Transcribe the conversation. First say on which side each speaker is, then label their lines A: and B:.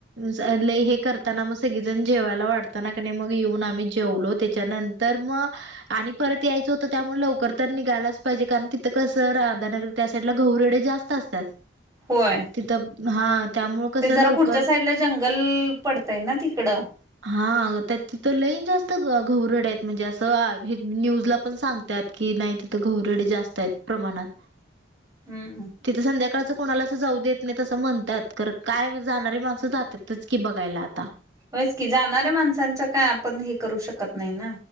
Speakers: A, on the right; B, on the right.
A: ज लय हे करताना मग सगळेजण जेवायला वाटतना क मग येऊन आम्ही जेवलो त्याच्यानंतर. तर मग. आणि परत यायचं होतं त्यामुळे लवकर तर निघायलाच पाहिजे कारण तिथं कसं राधानगर त्या साईडला घौरेडे. जास्त असतात
B: होय
A: तिथं हा. त्यामुळं कसं
B: ते जरा
A: लवकर
B: पुढच्या साईडला जंगल पडतय ना तिकडं.
A: हा तिथं लईन जास्त घरड आहेत. म्हणजे असं न्यूज ला पण सांगतात की, नाही तिथं घरडे जास्त आहेत प्रमाणात.
B: हम्म.
A: तिथं संध्याकाळचं कोणाला असं जाऊ देत नाही तसं म्हणतात तर काय जाणारी माणसं जातातच की, बघायला आता.
B: होच की, जाणाऱ्या माणसांच काय आपण हे करू शकत नाही ना.